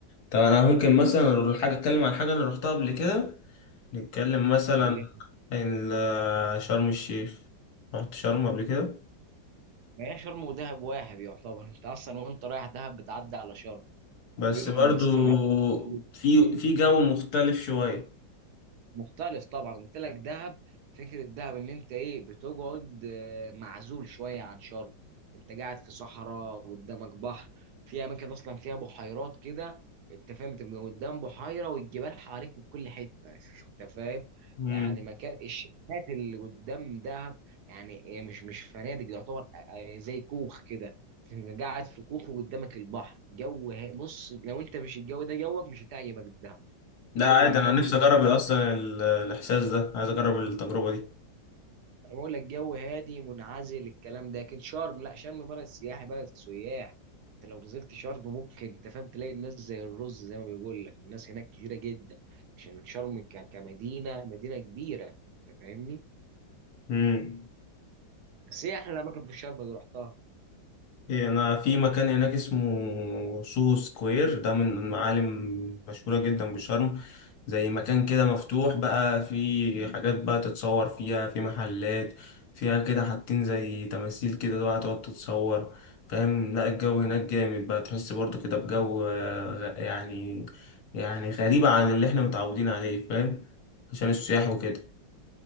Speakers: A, on the left; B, on the right.
A: طب انا ممكن مثلا أروح حاجه اتكلم عن حاجه انا رحتها قبل كده نتكلم مثلا
B: كلمني
A: عن ال- شرم الشيخ رحت شرم قبل كده
B: ما هي شرم ودهب واحد يعتبر انت اصلا وانت رايح دهب بتعدي على شرم
A: بس
B: بينهم
A: برضو
B: مسافه مش كبيره
A: في في جو مختلف شوية
B: مختلف طبعا قلت لك دهب فكره دهب ان انت ايه بتقعد آه، معزول شويه عن شرم انت قاعد في صحراء قدامك بحر في اماكن اصلا فيها بحيرات كده انت فاهم تبقى قدام بحيره والجبال حواليك في كل حته <laughs> انت فاهم
A: امم
B: يعني مكان الشاليهات اللي قدام دهب يعني هي مش مش فنادق يعتبر آه، آه، زي كوخ كده تبقى قاعد في كوخ وقدامك البحر جو ها- بص لو انت مش الجو ده جوك مش هتعجبك دهب
A: لا
B: جو
A: عادي
B: هادي
A: انا نفسي اجرب اصلا ال- الاحساس ده عايز اجرب التجربة دي
B: انا بقول لك جو هادي منعزل الكلام ده لكن شرم لا شرم بلد سياحي بلد سياح انت لو نزلت شرم ممكن انت فاهم تلاقي الناس زي الرز زي ما بيقول لك الناس هناك كتيره جدا عشان شرم ك- كمدينه مدينه كبيره انت فاهمني
A: امم
B: بس ايه احلى اماكن في شرم اللي رحتها
A: إيه، انا في مكان هناك اسمه سوهو سكوير ده من المعالم مشهورة جدا بشرم زي مكان كده مفتوح بقى في حاجات بقى تتصور فيها في محلات فيها كده حاطين زي تماثيل كده بقى تقعد تتصور فاهم لا الجو هناك جامد بقى تحس برضو كده بجو آه، غ- يعني يعني غريبة عن اللي احنا متعودين عليه فاهم عشان السياح وكده